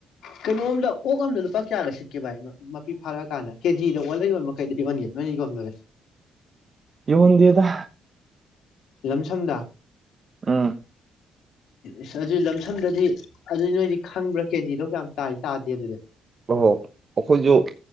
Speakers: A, on the left; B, on the right.
A: ꯀꯩꯅꯣꯝꯗ ꯑꯣꯛ ꯑꯝꯗ ꯂꯨꯄꯥ ꯀꯌꯥꯒ ꯁꯤꯠꯀꯦ ꯚꯥꯏ ꯃꯄꯤ ꯐꯥꯔꯛꯑꯀꯥꯟꯗ ꯀꯦꯖꯤꯗ ꯑꯣꯜꯂꯒ ꯌꯣꯟꯕ ꯀꯩꯗ ꯌꯣꯟꯒꯦ ꯅꯣꯏꯅ ꯌꯣꯟꯕꯒꯦ
B: ꯌꯣꯟꯗꯦꯗ
A: ꯂꯝꯁꯝꯗ
B: ꯑꯥ
A: ꯏꯁ ꯑꯗꯨꯗꯤ ꯂꯝꯁꯝꯗꯗꯤ ꯑꯗꯨꯏ ꯅꯣꯏꯗꯤ ꯈꯪꯕ꯭ꯔꯥ ꯀꯦꯖꯤꯗꯣ ꯀꯌꯥꯝ ꯇꯥ ꯇꯥꯗꯦ ꯑꯗꯨꯗꯤ
B: ꯑꯣꯍꯣ ꯑꯩꯈꯣꯏꯁꯨ